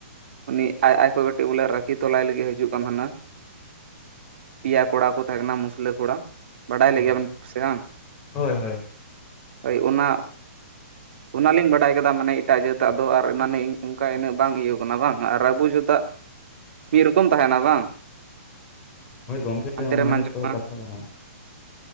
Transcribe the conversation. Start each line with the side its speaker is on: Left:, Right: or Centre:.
Right: ᱩᱱᱤ ᱟᱡ ᱟᱡ ᱠᱷᱚᱡ ᱠᱟᱹᱴᱤ ᱵᱚᱞᱮ ᱨᱟᱹᱠᱷᱤ ᱛᱚᱞᱟᱭ ᱞᱟᱹᱜᱤᱫ ᱦᱟᱹᱡᱩᱜ ᱠᱟᱱ ᱛᱟᱦᱮᱱᱟ ᱾ ᱯᱤᱭᱟ ᱠᱚᱲᱟ ᱠᱚ ᱛᱟᱦᱮᱸ ᱠᱟᱱᱟ ᱢᱩᱥᱞᱟᱹ ᱠᱚᱲᱟ, ᱵᱟᱰᱟᱭ ᱞᱮᱜᱮᱭᱟᱵᱮᱱ
Left: ᱦᱳᱭ
Right: ᱥᱮ ᱵᱟᱝ
Left: ᱦᱳᱭ ᱦᱳᱭ
Right: ᱦᱳᱭ ᱚᱱᱟ
Left: <inaudible>
Right: ᱚᱱᱟᱞᱤᱧ ᱵᱟᱰᱟᱭ ᱠᱟᱫᱟ ᱢᱟᱱᱮ ᱮᱴᱟᱜ ᱡᱟᱹᱛᱟᱜ ᱫᱚ ᱟᱨ ᱢᱟᱱᱮ ᱚᱱᱠᱟ ᱤᱱᱟᱹᱜ ᱵᱟᱝ? ᱤᱭᱟᱹ ᱠᱟᱱᱟ ᱵᱟᱝ ᱟᱨ ᱟᱵᱚ ᱡᱟᱹᱛᱟᱜ ᱢᱤᱜ ᱨᱚᱠᱚᱢ ᱛᱟᱦᱮᱱᱟ ᱵᱟᱝ?
Left: ᱦᱳᱭ ᱜᱚᱝᱠᱮ
Right: ᱦᱟᱱᱛᱮ
Left: ᱚᱱᱟ
Right: ᱨᱮᱢ ᱟᱸᱡᱚᱢᱟ
Left: ᱜᱮᱛᱚ ᱠᱟᱛᱷᱟ ᱠᱟᱱᱟ ᱾